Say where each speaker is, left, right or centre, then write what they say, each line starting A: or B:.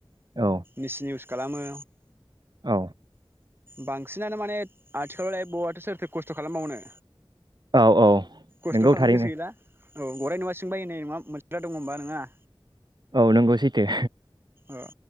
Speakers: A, on the right; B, on the right.
A: औ
B: मिस इउस खालामो
A: औ
B: बांसिनानो माने आथिखालावलाय बहाथो सोरथो खस्थ खालामबावनो
A: औ औ
B: खस्थ
A: नोंगौ
B: खालामनो
A: थारैनो
B: गोसो गैला औ गराय नुवा सिंबायो ओननाय नङा मोन दङ होनबा नोङा
A: औ नंगौ सैथो
B: अ